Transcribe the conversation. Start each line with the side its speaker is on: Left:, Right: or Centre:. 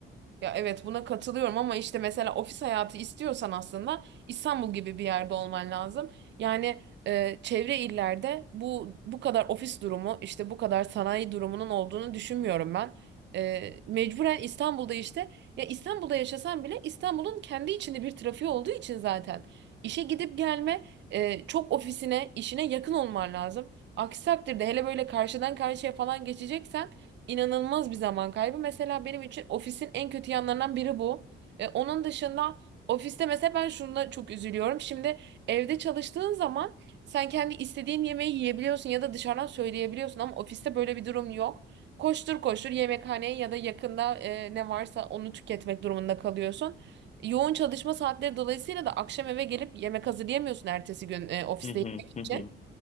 Right: Ya evet buna katılıyorum ama işte mesela ofis hayatı istiyorsan aslında İstanbul gibi bir yerde olman lazım. Yani e, çevre illerde bu bu kadar ofis durumu işte bu kadar sanayi durumunun olduğunu düşünmüyorum ben. E, mecburen İstanbul'da işte ya İstanbul'da yaşasan bile İstanbul'un kendi içinde bir trafiği olduğu için zaten işe gidip gelme e, çok ofisine işine yakın olman lazım. Aksi takdirde hele böyle karşıdan karşıya falan geçeceksen inanılmaz bir zaman kaybı. Mesela benim için ofisin en kötü yanlarından biri bu. E, onun dışında ofiste mesela ben şuna çok üzülüyorum. Şimdi evde çalıştığın zaman sen kendi istediğin yemeği yiyebiliyorsun ya da dışarıdan söyleyebiliyorsun ama ofiste böyle bir durum yok. Koştur koştur yemekhaneye ya da yakında e, ne varsa onu tüketmek durumunda kalıyorsun. Yoğun çalışma saatleri dolayısıyla da akşam eve gelip yemek hazırlayamıyorsun ertesi gün e, ofiste
Left: Hı hı
Right: yemek
Left: hı
Right: için.
Left: hı.